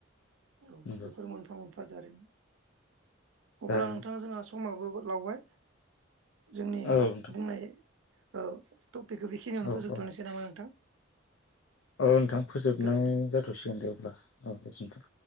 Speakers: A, on the right; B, on the left.
A: औ
B: नंगौ
A: बेफोर मोनफा मोन बाजारिमन।
B: जारिमिन
A: अब्ला नोंथां जोंहा समाबो लावबाय। जोंनि
B: औ नोंथां
A: बुंनाय औ। टपिकखौ बेखनियावनो
B: औ
A: फोबथ'सनै
B: औ
A: नामा नोंथां?
B: औ नोंथां फोजोबनाय
A: गोजोन्थों
B: जाथ'सिगोन दे अब्ला औ गोजोन्थों।